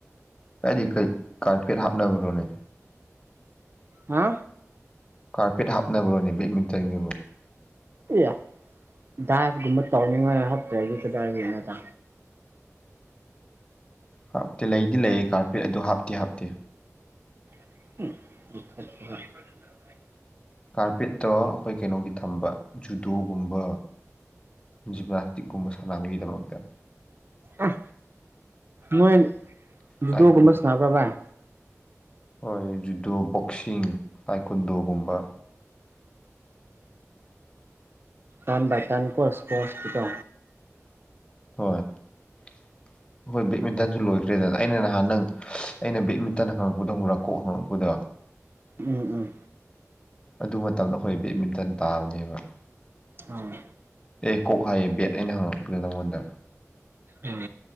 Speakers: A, on the left; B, on the right.
A: ꯀꯥꯏꯗꯩꯩ ꯀꯩ ꯀꯥꯔꯄꯦꯠ ꯍꯥꯞꯅꯕ꯭ꯔꯣꯅꯦ
B: ꯍꯥ
A: ꯀꯥꯔꯄꯦꯠ ꯍꯥꯞꯅꯕꯔꯣꯅꯤ ꯕꯦꯠꯃꯤꯟꯇꯟꯒꯤꯕꯨ
B: ꯏꯌꯦ ꯗꯥꯒꯨꯝꯕ ꯇꯧꯅꯤꯡꯉꯥꯏ ꯍꯥꯞꯇ꯭ꯔꯗꯤ ꯀꯗꯥꯏꯗꯩꯅꯣꯗ
A: ꯍꯥꯞꯇꯦ ꯂꯩꯗꯤ ꯂꯩꯌꯦ ꯀꯥꯔꯄꯦꯠ ꯑꯗꯨ ꯍꯥꯞꯇꯤ ꯍꯥꯞꯇꯦ
B: <inaudible>
A: ꯀꯥꯔꯄꯦꯠꯇꯣ ꯑꯩꯈꯣꯏ ꯀꯩꯅꯣꯒꯤ ꯊꯝꯕ ꯖꯨꯗꯣꯒꯨꯝꯕ ꯖꯤꯝꯅꯥꯁꯇꯤꯛꯀꯨꯝꯕ ꯁꯥꯟꯅꯕꯒꯤꯗꯃꯛꯇ
B: ꯑꯥ ꯅꯣꯏ ꯖꯨꯗꯣꯒꯨꯝꯕ
A: ꯇꯥꯏꯀꯨꯟ
B: ꯁꯅꯥꯕꯔ ꯕꯥꯢ
A: ꯍꯣꯏ ꯖꯨꯗꯣ ꯕꯣꯛꯁꯤꯡ ꯇꯥꯏꯀꯨꯟꯗꯣꯒꯨꯝꯕ
B: ꯇ꯭ꯔꯟ ꯕꯥꯌ ꯇ꯭ꯔꯟ ꯀꯣ ꯏꯁꯄ꯭ꯔꯣꯁꯀꯤꯗꯣ
A: ꯍꯣꯏ ꯑꯩꯈꯣꯏ ꯕꯦꯠꯃꯤꯟꯇꯟꯁꯨ ꯂꯣꯏꯈ꯭ꯔꯦꯗꯅ ꯑꯩꯅ ꯅꯍꯥꯟ ꯅꯪ ꯑꯩꯅ ꯕꯦꯠꯃꯤꯟꯇꯟ ꯍꯪꯉꯛꯄꯗ ꯑꯃ꯭ꯔꯥ ꯀꯣꯛ ꯍꯪꯉꯛꯄꯗ
B: ꯎꯝ ꯎꯝ
A: ꯑꯗꯨ ꯃꯇꯝꯗ ꯑꯩꯈꯣꯏ ꯕꯦꯠꯃꯤꯟꯇꯟ ꯇꯥꯕꯅꯦꯕ
B: ꯑꯥ
A: ꯑꯦ ꯀꯣꯛ ꯍꯥꯏꯌꯦ ꯕꯦꯠ ꯑꯩꯅ ꯍꯪꯉꯛꯄꯗꯣ ꯅꯪꯉꯣꯟꯗ
B: ꯎꯝ